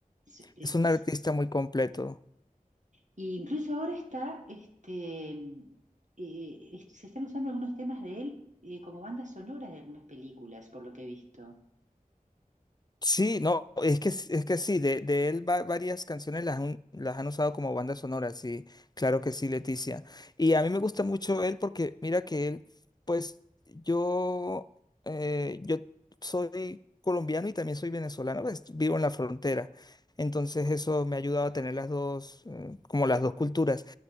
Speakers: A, on the right (about 55°); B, on the left (about 30°).
A: s- es-
B: Es un artista muy completo.
A: y incluso ahora está, este, mm, eh, es- se están usando algunos temas de él eh, como bandas sonoras de algunas películas, por lo que he visto.
B: Sí, no, es que, es que sí, de, de él va- varias canciones las, han- las han usado como banda sonora, sí, claro que sí, Leticia. Y a mí me gusta mucho él porque mira que él, pues yo, eh, yo soy colombiano y también soy venezolano, pues, vivo en la frontera. Entonces eso me ha ayudado a tener las dos, eh, como las dos culturas.